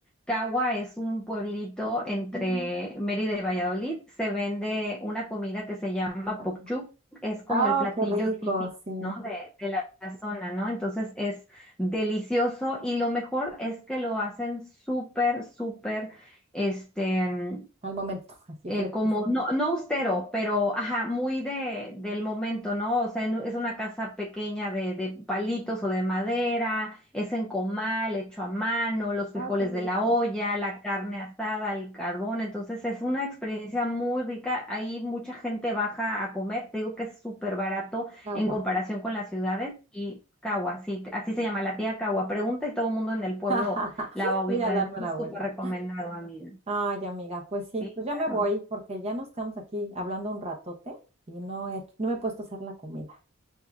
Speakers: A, in the centre; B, on the right.
A: Cagua es un pueblito entre
B: Mm,
A: Mérida y Valladolid. Se vende una comida que se llama
B: Paloma.
A: pokchuk. Es como
B: Ah,
A: el platillo
B: qué rico,
A: típico,
B: sí.
A: ¿no? De, de la, la zona, ¿no? Entonces es delicioso y lo mejor es que lo hacen súper, súper, este,
B: Al momento, así
A: eh,
B: fresquísimo.
A: como, no, no austero, pero, ajá, muy de, del momento, ¿no? O sea, en- es una casa pequeña de, de palitos o de madera, es en comal, hecho a mano, los frijoles
B: Ah, qué rico.
A: de la olla, la carne asada, el carbón, entonces es una experiencia muy rica, ahí mucha gente baja a comer, te digo que es súper barato
B: Agua.
A: en comparación con las ciudades y... Cagua, sí, así se llama la tía Cagua. Pregunta y todo el mundo en el pueblo
B: <laughs>
A: la va a
B: Voy
A: ubicar.
B: a darme
A: Entonces,
B: una
A: es
B: vuelta.
A: súper recomendado, amiga.
B: Ay, amiga, pues sí,
A: Sí,
B: pues ya me
A: claro.
B: voy porque ya nos quedamos aquí hablando un ratote y no he, no me he puesto a hacer la comida.